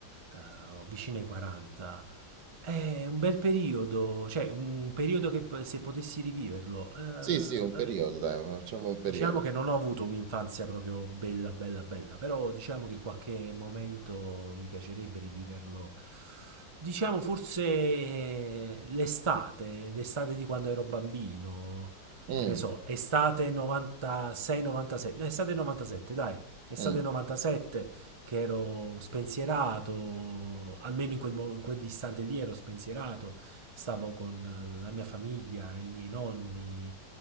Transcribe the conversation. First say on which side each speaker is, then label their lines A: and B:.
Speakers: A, on the right; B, on the right.
A: eh, vicino ai 40. È un bel periodo, cioè un periodo che p- se potessi riviverlo, eh,
B: Sì, sì, un
A: vabbè,
B: periodo, dai, facciamo un periodo.
A: Diciamo che non ho avuto un'infanzia proprio bella, bella, bella, però diciamo che qualche momento mi piacerebbe riviverlo. Diciamo forse eh, l'estate, l'estate di quando ero bambino,
B: Mm,
A: che ne so, estate 96-97, no, estate 97, dai, estate
B: mm,
A: 97, che ero spensierato, almeno in quel, mo- in quell'istante lì ero spensierato, stavo con la mia famiglia, i miei nonni